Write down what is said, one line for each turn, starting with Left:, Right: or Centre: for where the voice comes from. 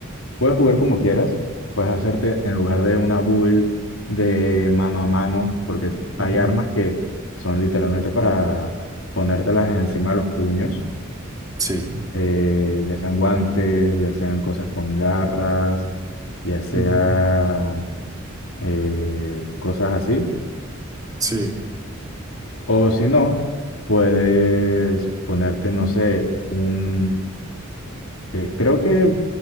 Left: puedes jugar como quieras, puedes hacerte en lugar de una build de mano a mano, porque
Right: Ujú,
Left: hay armas que son literalmente para ponértelas encima de los puños
Right: Sí.
Left: eh, ya sean guantes, ya sean cosas con garras, ya sea
Right: Ujú,
Left: eh, cosas así.
Right: Sí.
Left: O si no, puedes ponerte, no sé, un... eh, creo que